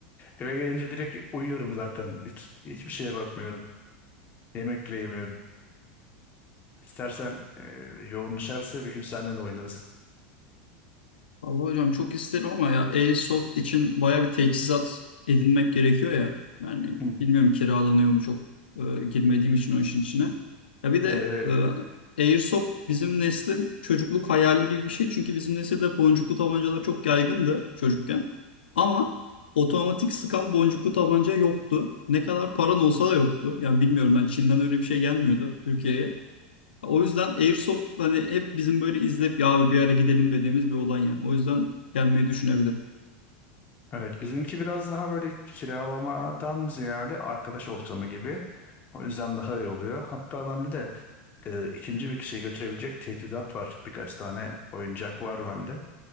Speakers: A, on the left; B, on the left.
A: Eve gelince direkt uyuyorum zaten. Hiç, hiçbir şeye bakmıyorum. Yemek bile yemiyorum. İstersen e, yolun düşerse bir gün seninle de oynarız.
B: Vallahi hocam çok isterim ama ya Airsoft için baya bir teçhizat edinmek gerekiyor ya. Yani
A: Hı.
B: bilmiyorum kiralanıyor mu çok e, girmediğim için o işin içine. Ya bir
A: E,
B: de e, Airsoft bizim neslin çocukluk hayali gibi bir şey. Çünkü bizim nesilde boncuklu tabancalar çok yaygındı çocukken. Ama otomatik sıkan boncuklu tabanca yoktu. Ne kadar paran olsa da yoktu. Yani bilmiyorum ben Çin'den öyle bir şey gelmiyordu Türkiye'ye. O yüzden Airsoft hani hep bizim böyle izleyip ya abi bir ara gidelim dediğimiz bir olay yani. O yüzden gelmeyi düşünebilirim.
A: Evet, bizimki biraz daha böyle kiralamadan ziyade arkadaş ortamı gibi. O yüzden daha iyi oluyor. Hatta bende de e, ikinci bir kişiyi götürebilecek teçhizat var. Birkaç tane oyuncak var bende.